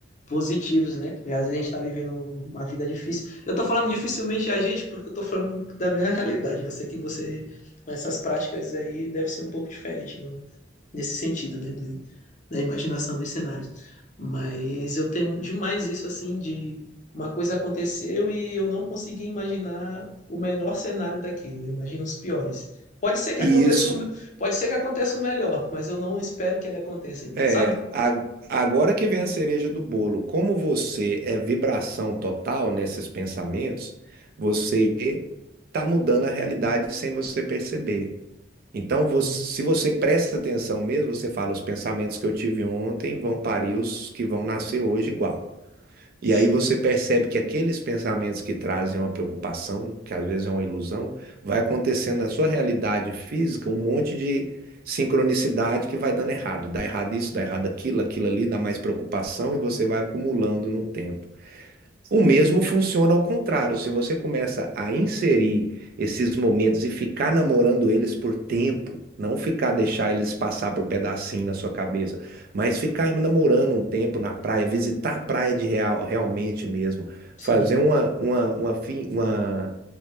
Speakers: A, on the left (about 40°); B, on the right (about 50°).
A: positivos, né? Porque às vezes a gente tá vivendo uma vida difícil. Eu tô falando dificilmente a gente, porque eu tô falando da minha realidade. Eu sei que você, com essas práticas aí, deve ser um pouco diferente nesse sentido, né, do- da imaginação dos cenários. Mas eu tenho demais isso assim de uma coisa aconteceu e eu não consegui imaginar o menor cenário daquilo, eu imagino os piores. Pode ser que
B: isso.
A: aconteça o, me- pode ser que aconteça o melhor, mas eu não espero que ele aconteça,
B: É,
A: sabe?
B: a- agora que vem a cereja do bolo, como você é vibração total nesses pensamentos, você está mudando a realidade sem você perceber. Então,
A: Hum,
B: você- se você presta atenção mesmo, você fala, os pensamentos que eu tive ontem vão parir os que vão nascer hoje igual. E
A: sim,
B: aí você percebe que aqueles pensamentos que trazem uma preocupação, que às vezes é uma ilusão, vai acontecendo na sua realidade física um monte de sincronicidade que vai dando errado. Dá errado isso, dá errado aquilo, aquilo ali, dá mais preocupação e você vai acumulando no tempo. O mesmo funciona ao contrário. Se você começa a inserir esses momentos e ficar namorando eles por tempo, não ficar deixar eles passar por pedacinho na sua cabeça, mas ficar namorando um tempo na praia, visitar a praia de real, realmente mesmo,
A: sim,
B: fazer uma, uma, uma, fi- uma,